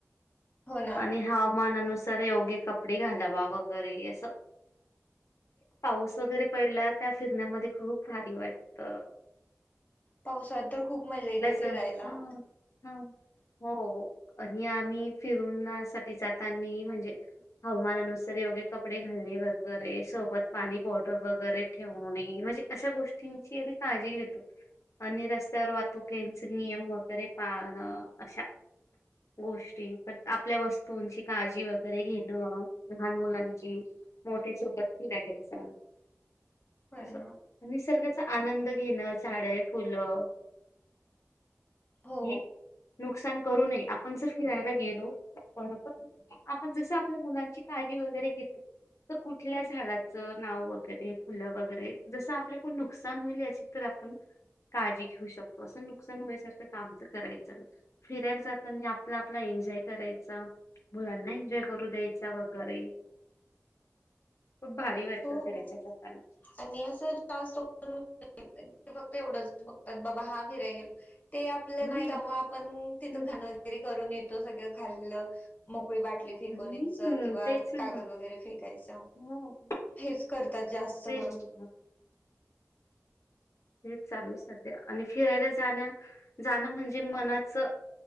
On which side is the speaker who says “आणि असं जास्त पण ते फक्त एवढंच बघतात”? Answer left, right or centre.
Left